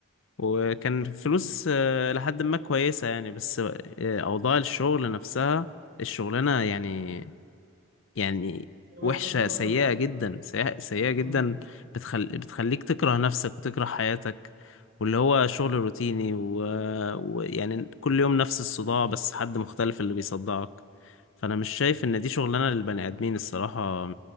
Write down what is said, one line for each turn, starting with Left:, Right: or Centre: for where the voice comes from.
Left: وكان فلوس آه، لحد ما كويسه يعني بس آه، اوضاع الشغل نفسها الشغلانه يعني يعني
Right: الناس
Left: وحشة
Right: نفسها مرهقة
Left: سيئة جدا سيئة, سيئة جدا
Right: امم
Left: بتخل... بتخليك تكره نفسك وتكره حياتك واللي هو شغل روتيني ويعني و... ويعني كل يوم نفس الصداع بس حد مختلف اللي بيصدعك فأنا مش شايف إن دي شغلانة للبني آدمين الصراحة